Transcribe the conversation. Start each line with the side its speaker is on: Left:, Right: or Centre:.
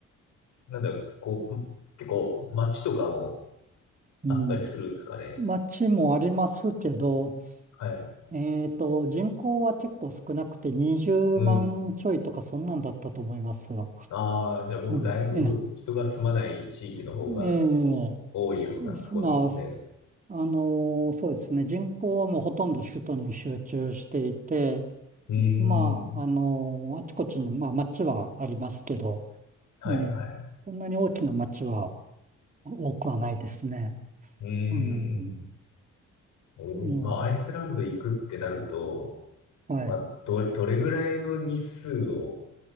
Left: う、なんだろう、こう、結構街とかも
Right: うん。
Left: あったりするんですかね。
Right: 街もありますけど、
Left: はい。
Right: えっと、人口は結構少なくて20万ちょいとかそんなんだったと思いますよ。
Left: うん。ああ、じゃあもうだいぶ人が住まない地域の方が
Right: うん。ええええ
Left: 多いようなとこですよね。
Right: まあ、あのーそうですね。人口はもうほとんど首都に集中していて、
Left: うーん。
Right: まあ、あのーあちこちに、まあ、町はありますけど、
Left: はい、
Right: うん。
Left: はい。
Right: そんなに大きな町は多くはないですね。
Left: うーん。
Right: うん。
Left: えーまあ、
Right: うん、
Left: アイスランド行くってなると、
Right: はい。
Left: まあ、ど、どれぐらいの日数を